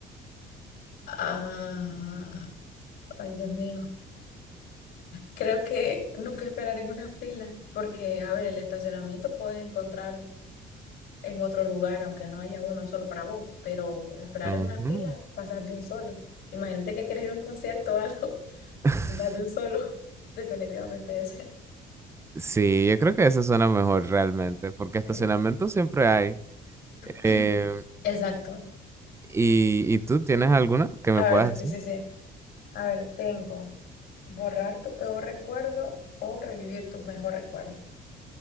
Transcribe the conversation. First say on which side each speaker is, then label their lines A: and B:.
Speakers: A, on the left (about 70°); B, on the right (about 15°).
A: Ah, ay, Dios mío. Creo que nunca esperar en una fila, porque, a ver, el estacionamiento puedes encontrar en otro lugar, aunque no haya uno solo para vos, pero esperar
B: Ujú.
A: en una fila, pasas de un solo. Imagínate que quieres ir a un concierto o algo, <laughs>
B: <laughs>
A: vas de un solo, definitivamente ese.
B: Sí, yo creo que eso suena mejor realmente, porque
A: Sí.
B: estacionamiento siempre hay.
A: <clears throat>
B: Eh,
A: Exacto.
B: y, ¿Y tú tienes alguna que me
A: A
B: puedas
A: ver, sí,
B: decir?
A: sí, sí. A ver, tengo borrar tu peor recuerdo o revivir tu mejor recuerdo.